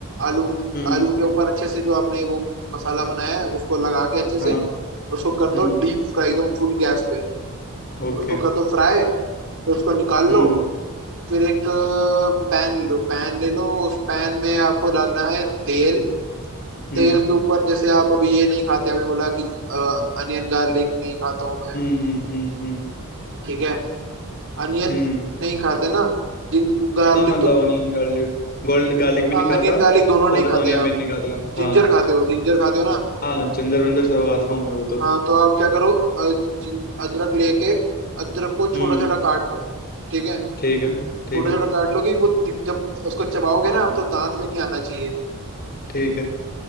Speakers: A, on the right (about 60°); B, on the left (about 45°).
A: आलू
B: हम्म
A: आलू के ऊपर अच्छे से जो आपने वो मसाला बनाया है उसको लगा के अच्छे से
B: हाँ
A: उसको कर दो
B: हम्म
A: डीप फ्राई एकदम फुल गैस पे
B: ओके
A: उसको कर दो फ्राई फिर उसको निकाल
B: हम्म
A: लो फिर एक पैन लो पैन ले लो उस पैन में आपको डालना है तेल
B: हम्म
A: तेल के ऊपर जैसे आप अभी ये नहीं खाते आपने बोला कि अनियन गार्लिक नहीं खाता हूँ मैं
B: हम्म हम्म हम्म हम्म
A: ठीक है अनियन
B: हम्म।
A: नहीं खाते ना जिन गार्लिक
B: हाँ मतलब
A: तो
B: ऑनियन गार्लिक गोल्ड गार्लिक भी
A: हाँ
B: नहीं खाता
A: अनियन गार्लिक दोनों नहीं
B: और
A: खाते
B: ऑनियन
A: आप
B: भी नहीं खाता
A: जिंजर
B: हाँ
A: खाते हो जिंजर खाते हो ना
B: हाँ जिंजर विंजर सब खाता हूँ मैं वो तो
A: हाँ तो आप क्या करो अ, जिन- अदरक लेके अदरक को छोटा
B: हम्म
A: छोटा काट लो ठीक है
B: ठीक है
A: छोटा
B: ठीक है
A: छोटा काट लो कि वो दि- जब उसको चबाओगे ना आप तो दांत में नहीं आना चाहिए
B: ठीक है